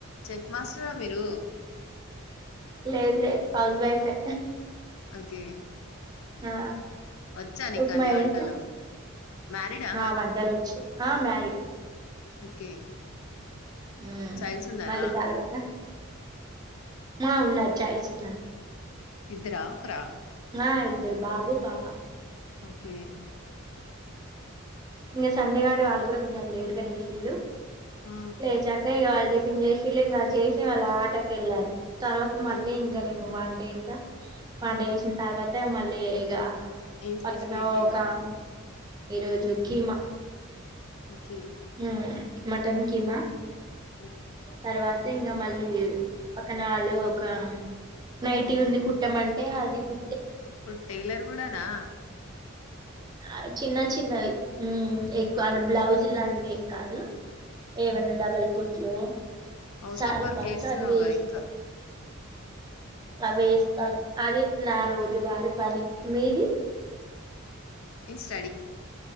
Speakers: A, on the left (about 80°); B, on the right (about 20°).
A: చెఫ్ మాస్టరా మీరు
B: లేదు లేదు హౌస్ వైఫే
A: ఓకే
B: ఆ
A: వచ్చానుకన్ని
B: ఉప్మా
A: వంటలు
B: చేసా
A: మ్యారీడా
B: ఆ వంటలు వచ్చు ఆ మ్యారీడ్
A: ఓకే
B: ఉ
A: చైల్డ్స్ ఉన్నారా
B: మళ్ళీ దర్వాత మా ఉన్నారుచఐజ ఉన్నాని
A: ఇద్దరా ఒకరా
B: ఆ ఇద్దరు బాబు పాపా
A: ఓకే
B: ఇంకా సండే గడ వాళ్ళు కూడా కొంచెం లేట్గా లేషల్ళలు
A: ఆ
B: లేజాకయ వాల్ టిఫెన్ చేసిళ్ళ ఇంకా చేసి వాళ్ళ ఆటకి వెళ్ళారు తర్వాత మళ్ళీ
A: ఎల్
B: ఇంకా నేను వన్ డేసా పడుగేసిన
A: ఉమ్
B: తర్వాత మళ్ళీ లేగా
A: ఏం
B: పక్కన
A: స్పెషల్ ఏంటి
B: ఓ
A: ఇవాళ
B: కామ్ ఈరోజు కీమా
A: ఓకే
B: మ్ మటన్ కిమా
A: ఉమ్.
B: తర్వాత ఇంకా మళ్ళీ పక్కనాలో ఒక నైటి ఉంది కుట్టమంటే అది కు
A: టైలర్ కూడానా
B: ఆ, చిన్న చిన్నవి ఎక్కువ అంటే బ్లౌజ్ లాంటి అవేం కాదు ఏవన్న
A: ఉమ్.
B: డబల్ కుట్ హలో
A: హౌస్
B: చారి
A: హోల్డ్ వర్క్
B: పాచ
A: చేస్తున్నావుగా
B: వేస్
A: ఇంకా
B: అ వేస్తాను అది నా రోజు వారి పని మీది
A: ఇన్ స్టడి